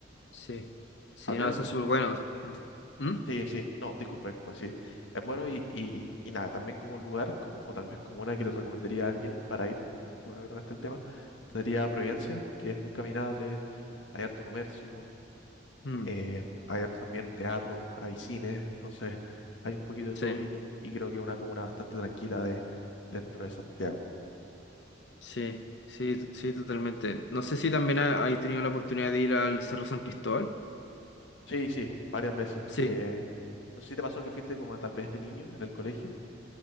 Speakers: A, on the left (about 65°); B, on the left (about 85°).
A: sí. Sí,
B: Al menos,
A: no, eso es súper bueno. Mm. ¿Mm?
B: sí, sí. No, disculpa, disculpa, sí. Es bueno y, y, y nada, también como lugar, como, o tal vez como una que le recomendaría a alguien para ir, qué bueno que tocaste el tema, sería Providencia, porque es muy caminable, hay harto comercio
A: Mm.
B: eh, hay harto también teatro, hay cines, entonces hay un poquito de
A: Sí,
B: todo y, y creo que es una comuna bastante tranquila de, dentro de Santiago.
A: sí, sí, sí, totalmente. No sé si también ha- hay tenido la oportunidad de ir al Cerro San Cristóbal.
B: Sí, sí, varias veces.
A: Sí.
B: De, no sé si te pasó que fuiste como tal vez de niño en el colegio.